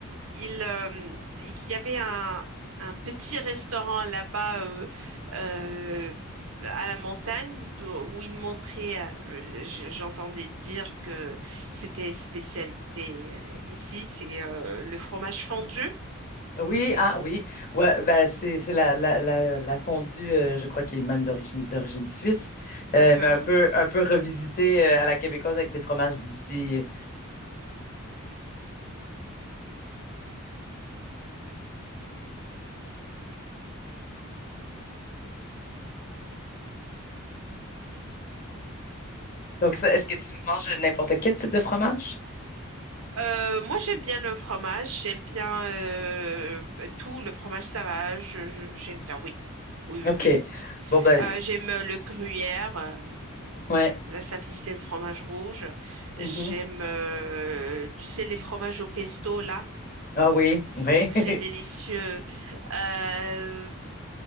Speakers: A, on the right (about 80°); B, on the left (about 40°).
A: il, euh, il y avait un, un petit restaurant là-bas euh, euh, à la montagne d'o- où il montrait, euh, j- j'entendais dire que c'était spécialité euh, ici, c'est euh, le fromage fondu.
B: Oui, ah oui. Ouais, ben, c'est c'est la, la, la, la fondue, euh, je crois, qui est même d'origine d'origine suisse,
A: Mhm.
B: euh, mais un peu, un peu revisitée euh, à la québécoise avec des fromages d'ici. Donc, ça, est-ce que tu manges n'importe quel type de fromage?
A: Euh, moi, j'aime bien le fromage, j'aime bien euh, tout, le fromage, ça va, je, je- j'aime bien, oui. Oui, oui,
B: OK.
A: oui.
B: Bon, ben,
A: Euh, j'aime le gruyère, euh,
B: ouais.
A: la simplicité, le fromage rouge. J'aime,
B: Mhm.
A: euh, tu sais, les fromages au pesto, là.
B: Ah oui,
A: C'est
B: oui.
A: très
B: <laughs>
A: délicieux. Euh,